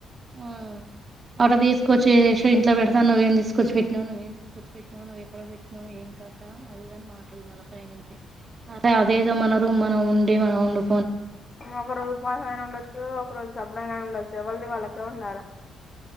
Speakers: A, on the right (about 35°); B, on the left (about 35°).
A: ఉమ్ అడ తీసుకొచ్చి చేసి ఇంట్లో పెడతా నువ్వేం తీసుకొచ్చి పెట్టినవ్ నువ్వేం తీసుకొచ్చి పెట్టినావ్ నువ్వేం ఎక్కడ పెట్టినావ్ ఏం కత ఆది ఇది మాటలు మల్ల పై నుంచి, ఆ అదేదో మన రూమ్లో మనం ఉండి మన ఆడు
B: ఒక రోజు ఉపాసం అయిన ఉండొచ్చు ఒక రోజు సపుడెకనైన ఉండచు ఎవల్ది వాళ్ళకి తే ఉండల